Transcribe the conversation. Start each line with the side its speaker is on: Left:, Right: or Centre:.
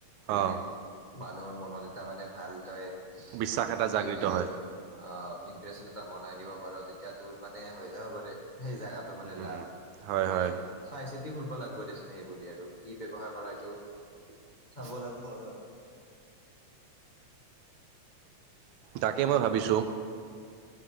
Left: যদি
Right: অ'
Left: মানুহৰ মনত এটা মানে ভাল তই
Right: বিশ্বাস এটা
Left: কি
Right: জাগৃত
Left: বুলি কয়
Right: হয়।
Left: অহ ইমপ্ৰেচন এটা বনাই দিব পাৰ তেতিয়া তোৰ মানে হৈ যাব পাৰে সেই জাগাতো মানে
Right: উম,
Left: লাভ
Right: হয়
Left: মানে
Right: হয়
Left: চাই চিতি খুলব লাগিব দেচোন সেইবুলি আৰু কি ব্যৱহাৰ কৰা এইটো চাব লাগিব এ
Right: তাকে মই ভাবিছোঁ